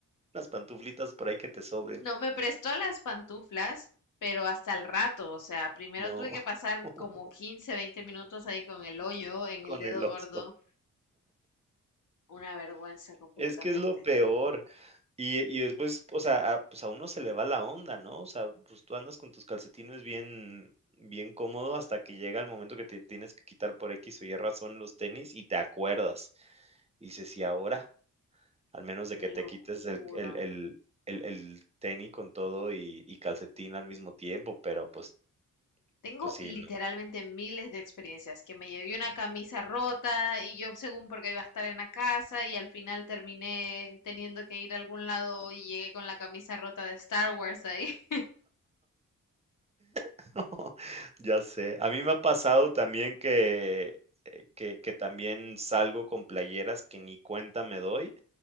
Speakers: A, on the right (about 20°); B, on the left (about 65°).
A: unas pantuflitas por ahí que te sobren?
B: No, me prestó las pantuflas, pero hasta el rato. O sea, primero
A: No,
B: tuve que pasar
A: <laughs>
B: como 15, 20 minutos ahí con el hoyo en
A: con
B: el dedo
A: el oso.
B: gordo. Una vergüenza completamente,
A: Es que es lo peor. Y y después, o sea, a pues, a uno se le va la onda, ¿no? O sea, pues, tú andas con tus calcetines bien bien cómodo hasta que llega el momento que te tienes que quitar por equis o y razón los tenis y te acuerdas. Y dices: "¿Y ahora?". Al menos de
B: te
A: que
B: lo
A: te quites
B: juro.
A: el el el el el tenis con todo y y calcetín al mismo tiempo, pero, pues
B: Tengo
A: pues sí,
B: literalmente
A: no.
B: miles de experiencias, que me llevé una camisa rota y yo según porque iba a estar en la casa y al final terminé teniendo que ir a algún lado y llegué con la camisa rota de Star Wars ahí. <laughs>
A: <laughs> Ya sé. A mí me ha pasado también que, eh, que, que también salgo con playeras que ni cuenta me doy